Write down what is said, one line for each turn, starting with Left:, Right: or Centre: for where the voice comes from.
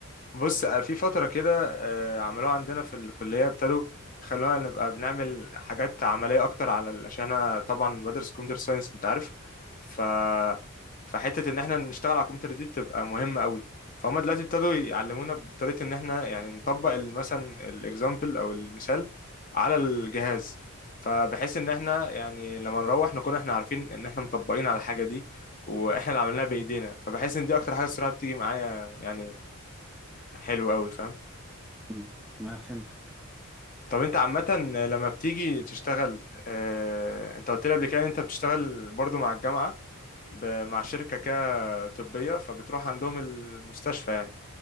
Left: بص آه، في فترة كده آه، عملوها عندنا في الكلية ابتدوا خلونا نبقى بنعمل حاجات عملية أكتر على ال- عشان أنا طبعا بدرس كمبيوتر ساينس أنت عارف ف فحتة إن إحنا نشتغل على الكمبيوتر دي بتبقى مهمة قوي فهم دلوقتي ابتدوا يعلمونا بطريقة إن إحنا يعني نطبق ال- مثلا الإكزامبل أو المثال على الجهاز فبحيث إن إحنا يعني لما نروح نكون إحنا عارفين إن إحنا مطبقين على الحاجة دي وإحنا اللي عملناها بإيدينا فبحس إن دي أكتر حاجة الصراحة بتيجي معايا يعني حلو قوي فاهم
Centre: مم. ما فهمتك
Left: طب انت عامة لما بتيجي تشتغل اه انت قلت لي قبل كده ان انت بتشتغل برضو مع الجامعة ب- مع شركة كده طبية فبتروح عندهم المستشفى يعني